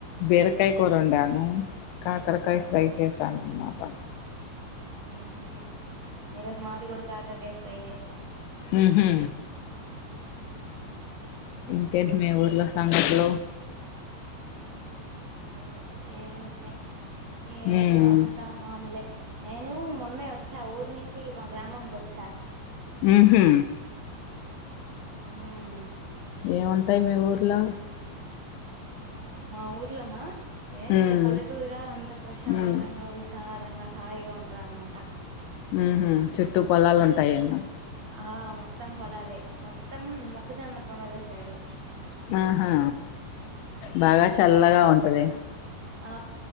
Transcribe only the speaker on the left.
బీరకాయ కూరొండాను అ కాకరకాయ
ఫ్రై చేశాను <inaudible> <unintelligible>
ఊహూ ఇంకేన్ మీ ఊర్లో సంగతులు
ఉమ్
ఉహు
ఏముంటాయి మీ ఊర్లో
ఉమ్
ఉమ్
ఉ చుట్టు పొలాలు ఉంటాయన్న
ఆహా బాగా
చల్లగా ఉంటది